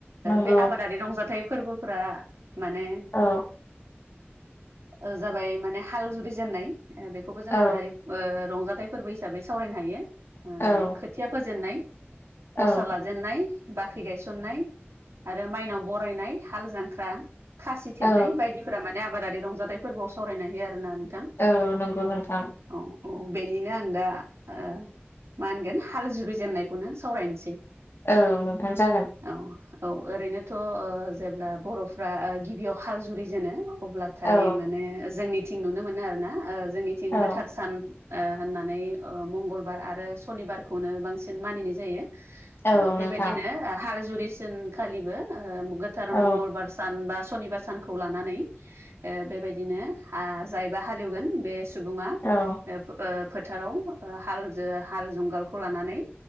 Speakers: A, on the left; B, on the right.
A: नंगौ
B: बे आबादारि रंजाथाइ फोरबोफोरा माने
A: औ
B: ओ जाबाय माने हाल जुरिजेननाय बेखौबो जों
A: औ
B: आबादारि ओ रंजाथाइ फोरबो हिसाबै सावरायनो हायो ओ
A: औ
B: खोथिया फोजेननाय
A: औ
B: गसा लाजेननाय बाख्रि गायसननाय आरो माइनाव बरायनाय हाल जांख्रा खासि थेबनाय
A: औ
B: बायदिफोरा माने आबादारि रंजाथाइ फोरबोआव सावरायनो हायो आरोना नोंथां
A: औ नंगौ नोंथां
B: औ औ बेनिनो आं दा ओ मा होनगोन हाल जुुबिजेननायखौनो सावरायनोसै
A: औ नोंथां जागोन
B: औ औ ओरैनोथ' जेब्ला बर'फ्रा गिबियाव हाल जुरि जेनो अब्लाथाय
A: औ
B: माने जोंनिथिं नुनो मोनो आरोना जोंनिथिं
A: औ
B: गोथार सान ओ होननानै ओ मंगलबार आरो सनिबारखौनो बांसिन मानिनाय जायो ओ
A: औ
B: बेबायदिनो
A: नोंथां
B: हाल जुरि जेनखालिबो ओ गोथार
A: औ
B: मंगलबार सानबा सनिबार सानखौ लानानै बेबायदिनो हा जायबा हालेवगोन बे सुबुङा
A: औ
B: ओ फोथाराव हाल ओ हाल जुंगालखौ लानानै